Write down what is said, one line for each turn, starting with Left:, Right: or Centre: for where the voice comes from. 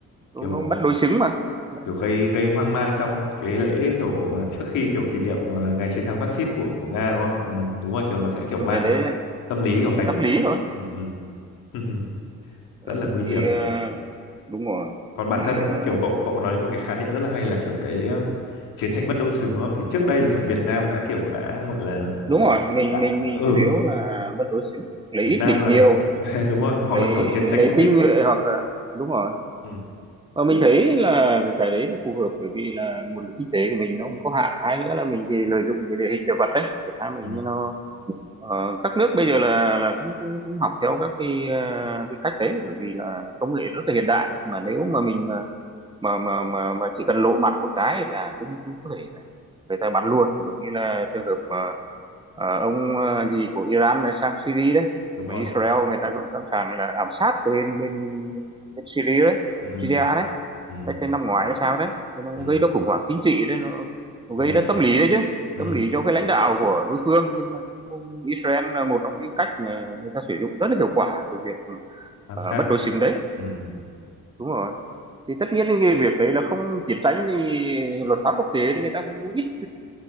Right: đúng,
Left: kiểu
Right: đúng mất đối xứng mà đấy.
Left: kiểu gây gây hoang mang trong cái lễ kiểu ờ, trước khi kiểu kỷ niệm ờ, ngày chiến thắng phát xít của của Nga đúng không ừ, đúng rồi kiểu nó sẽ kiểu
Right: nhưng
Left: mang
Right: cái đấy
Left: tâm lý kiểu đánh
Right: tâm lý thôi
Left: ừ, ừ. <laughs>
Right: đấy
Left: rất là nguy
Right: thì
Left: hiểm
Right: ờ, đúng rồi
Left: còn bản
Right: thì
Left: thân kiểu
Right: ờ,
Left: cậu cậu nói một cái khái niệm rất là hay là kiểu cái ờ, chiến tranh bất đối xứng đúng không thì trước đây là kiểu Việt Nam đã kiểu đã gọi là
Right: đúng rồi mình
Left: đã,
Right: mình
Left: ừ
Right: mình chủ yếu là mất đối xứng lấy
Left: Việt
Right: ít
Left: Nam
Right: địch
Left: là
Right: nhiều
Left: <laughs> đấy, đúng rồi hoặc
Right: lấy
Left: là kiểu chiến tranh
Right: lấy
Left: du kích
Right: tinh nhuệ hoặc là đúng rồi
Left: ừ,
Right: Và mình thấy là cái đấy nó phù hợp bởi vì là nguồn lực kinh tế của mình nó không có hạn hay nữa là mình thì lợi dụng cái địa hình địa vật đấy để tha mình
Left: ừ,
Right: như nó ờ, các nước bây giờ là là cũng cũng, cũng học theo các cái, ờ, cái cách đấy bởi vì là công nghệ rất là hiện đại mà nếu mà mình mà mà mà mà, mà chỉ cần lộ mặt một cái là cũng cũng có thể là người ta bắn luôn giống như là trường hợp mà ờ, ông ờ, gì của Iran này sang Syria đấy
Left: đúng
Right: mà
Left: rồi
Right: Israel người ta còn sẵn sàng là ám sát từ bên bên, bên Syria đấy
Left: ừ
Right: Syria đấy
Left: ừ
Right: cái cái năm ngoái hay sao đấy Thế nó cũng
Left: ừ
Right: gây ra khủng hoảng chính trị đấy nó, nó
Left: đúng
Right: gây
Left: rồi
Right: ra tâm lý đấy chứ
Left: ừ
Right: tâm lý cho cái lãnh đạo của đối phương nên là cũng, cũng Israel là một trong những cách mà người ta sử dụng rất là hiệu quả từ việc
Left: ám
Right: ờ,
Left: sát
Right: bất đối xứng đấy
Left: ừ ừ
Right: đúng rồi thì tất nhiên cái việc đấy là không chiến tranh thì luật pháp quốc tế thì người ta cũng ít